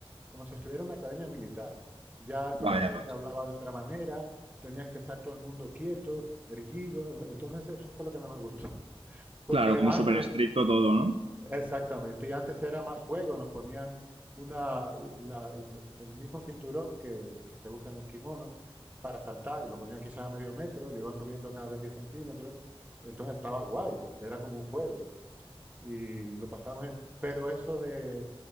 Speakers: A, on the right; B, on the right.
A: como si estuviera en una academia militar. Ya el
B: Vaya,
A: profesor
B: ves.
A: te hablaba de otra manera, tenías que estar todo el mundo quieto, erguido. Entonces eso fue lo que no me gustó. <laughs> Porque
B: Claro, como
A: antes,
B: súper estricto todo, ¿no?
A: exactamente, y antes era más juego, nos ponían una, u- la- el, el mismo cinturón que, que se usa en el kimono para saltar, y lo ponían quizás a medio metro, y lo iban subiendo cada vez 10 centímetros. Entonces estaba guay, porque era como un juego y lo pasamos. bien. Pero eso de,